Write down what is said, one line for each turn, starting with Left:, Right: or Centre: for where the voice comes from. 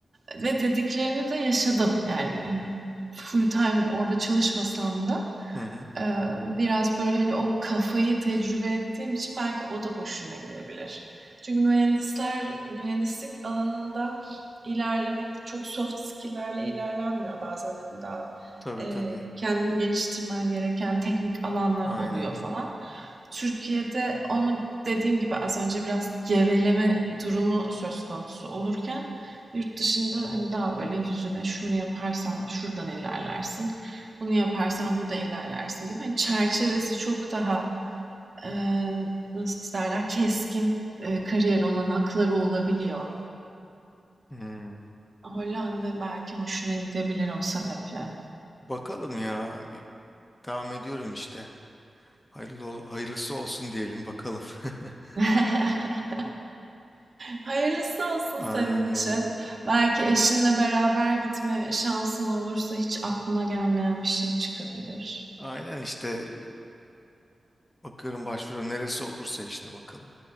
Right: ve dediklerini de yaşadım. Yani, hani, full time orada çalışmasam da,
Left: hı hı.
Right: Eee, biraz böyle, hani, o kafayı tecrübe ettiğim için belki o da hoşuna gidebilir. Çünkü mühendisler mühendislik alanında ilerlemek çok soft skill'lerle ilerlenmiyor. Bazen, hani, daha,
Left: Tabii
Right: eee,
Left: tabii.
Right: kendini geliştirmen gereken teknik alanlar
Left: Aynen.
Right: oluyor falan. Türkiye'de onu dediğim gibi az önce biraz geveleme durumu söz konusu olurken yurt dışında, hani, daha böyle yüzüne şunu yaparsan şuradan ilerlersin. Bunu yaparsan burada ilerlersin gibi. Hani çerçevesi çok daha e, nasıl derler keskin e, kariyer olanakları olabiliyor.
Left: Hmm.
Right: Hollanda belki hoşuna gidebilir o sebeple.
Left: Bakalım ya. Bir devam ediyorum işte. Hayırlı, ol- hayırlısı olsun diyelim bakalım. <laughs>
Right: <laughs> Hayırlısı olsun
Left: Aynen
Right: senin
Left: öyle.
Right: için. Belki eşinle beraber gitme şansın olursa hiç aklına gelmeyen bir şey çıkabilir.
Left: Aynen işte bakıyorum başvuru neresi olursa işte bakalım.